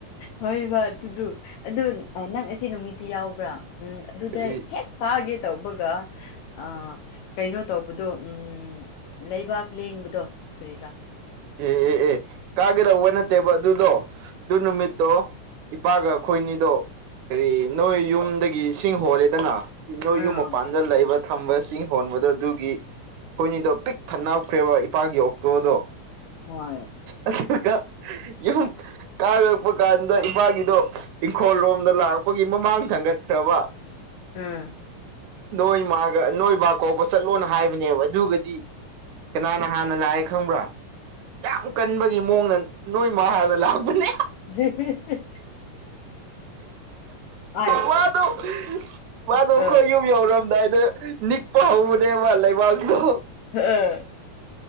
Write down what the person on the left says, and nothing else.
ꯍꯣꯏꯕ ꯑꯗꯨꯗꯨ ꯑꯗꯨ ꯅꯪ ꯑꯁꯤ ꯅꯨꯃꯤꯠꯇꯤ ꯌꯥꯎꯕ꯭ꯔꯥ ꯎꯝ ꯑꯗꯨꯗ
ꯍꯦꯛ ꯐꯥꯒꯦ ꯇꯧꯕꯒ ꯑ ꯀꯩꯅꯣ ꯇꯧꯕꯗꯣ ꯎꯝ ꯂꯩꯕꯥꯛ ꯂꯦꯡꯕꯗꯣ ꯀꯔꯤꯔꯥ
ꯑꯥ
ꯍꯣꯏ
ꯎꯝ
<unintelligible> ꯑꯥꯏ
ꯑꯥ
ꯑꯥ